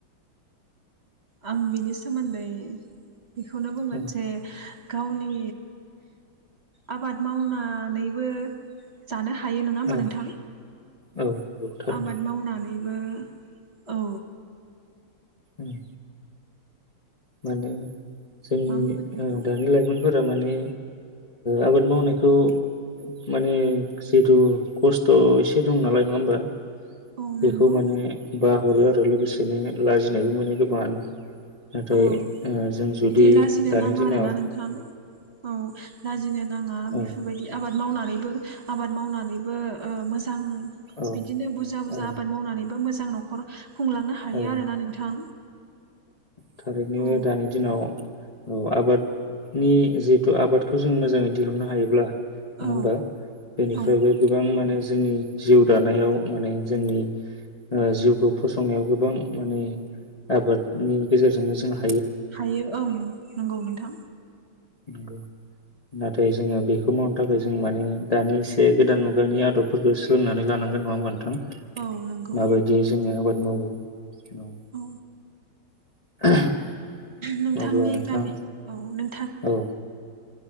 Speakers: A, on the right; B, on the left.
A: आं बिनि सोमोन्दै। बेखौनो बुंगोन
B: औ
A: जे। गावनि आबाद मावनानैबो जानो हागोन थायो नङा होमबा
B: औ
A: नोंथां।
B: औ नंगौ थारैनो
A: आबाद मावना बिबो औ
B: उम माने जोंनि
A: मा बुंगोन बेखौ
B: दानि लाइमोन फोर माने आबाद मावनायखौ माने जिहेथु खस्थ एसे दं नालाय नङा होमबा।
A: औ
B: बेखौ
A: नंगौ
B: माने। बाहरो आरो लोगोसेनो लाजिनायबो मोनो गोबाङानो। नाथाय
A: औ
B: ओ जों जुदि
A: बिदि लाजिनो
B: दानि
A: नाङा
B: दिनाव
A: आरोना नोंथां औ लाजिनो नाङा। आं
B: औ
A: बेफोरबायदि आबाद। मावनानैबो। आबाद मावनानैबो ओ मोजां। आंडों
B: औ
A: बिदिनो बुरजा बुरजा
B: औ
A: आबाद मावनानैबो मोजां। जों नखर खुंलांनो हायो
B: औ
A: आरोना नोंथां।
B: थारिखनि
A: औ
B: दानि दिनाव औ आबादनि जिहेथु आबादखौ जों मोजाङै दिहुननो हायोब्ला। नङा
A: औ
B: होमबा बेनिफ्रायबो
A: औ
B: गोबां माने। जोंनि जिउ दानायाव माने जोंनि जिउखौ फसंनायाव गोबां माने। आबादनि गेजेरजोंनो जोंहा।
A: हायो ओं नंगौ नोंथां।
B: नगौ नाथाय जोङो बेखौ मावनो थाखाय जों माने दानि एसे गोदान मुगानि आदबफोरखौ सोलोंनानै लानांगोन नङा होमबा नोंथां?
A: औ नंगौ
B: माबायदि जोङो आबाद मावो। औेल' <inaudible>
A: औ
B: <inaudible>
A: नोंथांनि
B: अब्ला नोंथां
A: गामि औ नों
B: औ।